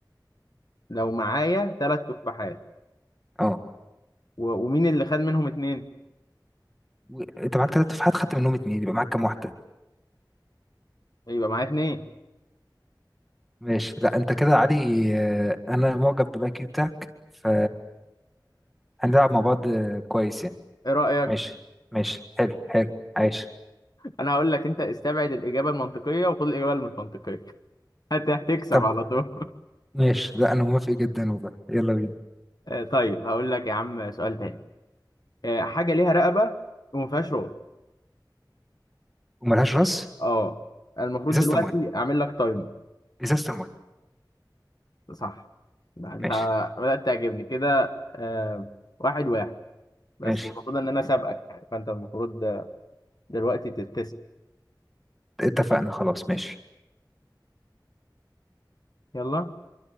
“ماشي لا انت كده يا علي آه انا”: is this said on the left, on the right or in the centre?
Centre